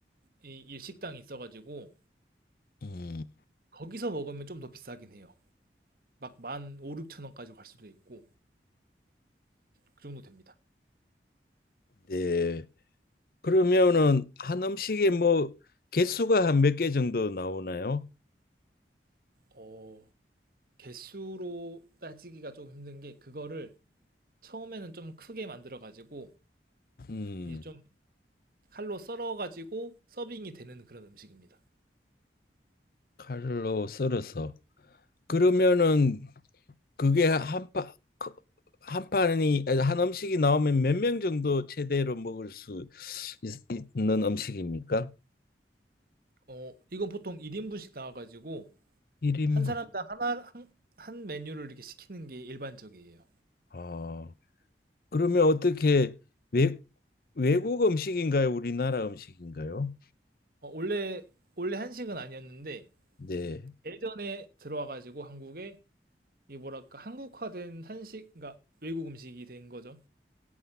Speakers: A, on the right; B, on the left.
A: 이 일식당이 있어가지고
B: 음.
A: 거기서 먹으면 좀 더 비싸긴 해요. 막 만 오 6천 원까지 갈 수도 있고 그 정도 됩니다.
B: 네. 그러면은 한 음식에 뭐 개수가 한 몇 개 정도 나오나요?
A: 어, 개수로 따지기가 좀 힘든 게 그거를 처음에는 좀 크게 만들어가지고
B: 음.
A: 이제 좀 칼로 썰어가지고 서빙이 되는 그런 음식입니다.
B: 칼로 썰어서. 그러면은 그게 한 파, 그- 한 판이 아니, 한 음식이 나오면 몇 명 정도 최대로 먹을 수 있, 있는 음식입니까?
A: 어, 이건 보통 1인분씩 나와가지고
B: 1인분.
A: 한 사람당 하나 한, 한 메뉴를 이렇게 시키는 게 일반적이에요.
B: 아. 그러면 어떻게 외, 외국 음식인가요? 우리나라 음식인가요?
A: 어, 원래 원래 한식은 아니었는데
B: 네.
A: 예전에 들어와가지고 한국에 이게 뭐랄까 한국화된 한식, 그러니까 외국 음식이 된 거죠.